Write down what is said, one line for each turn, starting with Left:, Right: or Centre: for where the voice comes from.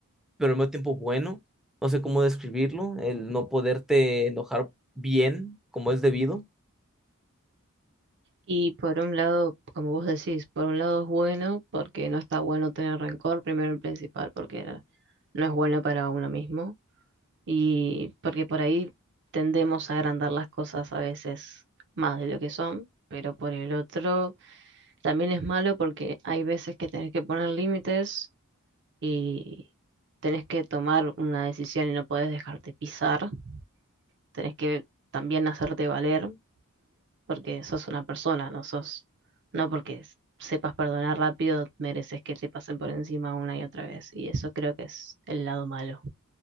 Centre: pero al mismo tiempo bueno. No sé cómo describirlo, el no poderte enojar bien como es debido.
Right: Y por un lado, como vos decís, por un lado es bueno porque no está bueno tener rencor, primero y principal, porque no no es bueno para uno mismo y porque por ahí tendemos a agrandar las cosas a veces más de lo que son, pero por el otro también es malo porque hay veces que tenés que poner límites y tenés que tomar una decisión y no podés dejarte pisar, tenés que también hacerte valer porque sos una persona, no sos, no porque s- sepas perdonar rápido, mereces que te pasen por encima una y otra vez. Y eso creo que es el lado malo.